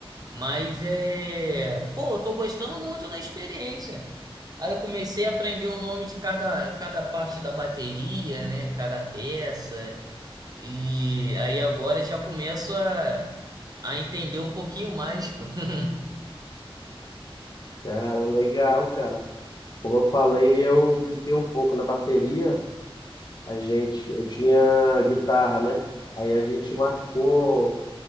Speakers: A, on the right (about 40°); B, on the left (about 45°).
A: Mas é, pô, eu tô gostando muito da experiência. Aí eu comecei a aprender o nome de cada, cada parte da bateria, né? Cada peça. E aí agora já começo a, a entender um pouquinho mais, pô. <laughs>
B: Cara, legal, cara. Como eu falei, eu brinquei um pouco na bateria. A gente, eu tinha guitarra, né? Aí a gente marcou